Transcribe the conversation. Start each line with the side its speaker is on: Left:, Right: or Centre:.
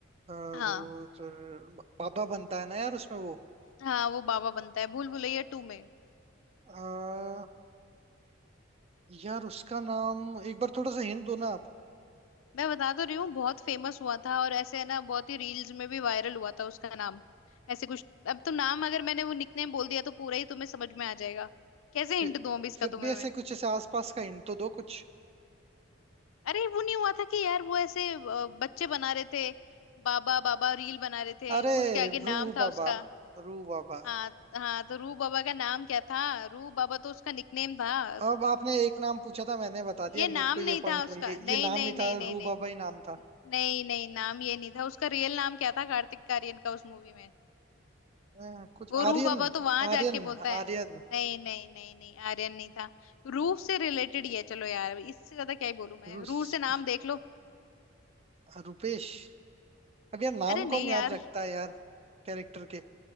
Right: वो
Left: हाँ
Right: तो पापा बनता है ना यार उसमें वो
Left: हाँ वो बाबा बनता है भूल भुलैया टू में
Right: अ, यार उसका नाम एक बार थोड़ा सा हिंट दो ना आप
Left: मैं बता तो रही हूँ बहुत फेमस हुआ था और ऐसे है ना बहुत ही रील्स में भी वायरल हुआ था उसका नाम ऐसे कुछ अब तो नाम अगर मैंने वो निकनेम बोल दिया तो पूरा ही तुम्हें समझ में आ जाएगा कैसे
Right: फिर
Left: हिंट दूं अभी इसका
Right: फिर
Left: तुम्हें
Right: भी ऐसे
Left: मैं
Right: कुछ ऐसे आसपास का हिंट तो दो कुछ
Left: अरे वो नहीं हुआ था कि यार वो ऐसे अ, बच्चे बना रहे थे बाबा बाबा रील बना रहे थे
Right: अरे
Left: उसके आगे
Right: रूह
Left: नाम था
Right: बाबा
Left: उसका
Right: रूह बाबा
Left: हाँ हाँ तो रू बाबा का नाम क्या था रू बाबा तो उसका निकनेम था
Right: अब आपने एक नाम पूछा था मैंने बता दिया
Left: ये नाम
Right: मेरे को ये
Left: नहीं
Right: पॉइंट
Left: था उसका
Right: मिल गया
Left: नहीं
Right: ये नाम
Left: नहीं
Right: ही
Left: नहीं
Right: था
Left: नहीं
Right: रूह
Left: नहीं
Right: बाबा ही नाम था
Left: नहीं नहीं नाम ये नहीं था उसका रियल नाम क्या था कार्तिक आर्यन का उस मूवी में
Right: अ, कुछ
Left: वो
Right: आर्यन
Left: रू बाबा तो वहां जाके
Right: आर्यन
Left: बोलता है
Right: आर्यन
Left: नहीं नहीं नहीं नहीं आर्यन नहीं था रूह से रिलेटेड ही है चलो यार अब इससे ज्यादा क्या ही बोलूं मैं
Right: रुस-
Left: रूह से नाम देख लो
Right: रुपेश अब यार नाम
Left: अरे नहीं
Right: कौन याद
Left: यार
Right: रखता है यार कैरेक्टर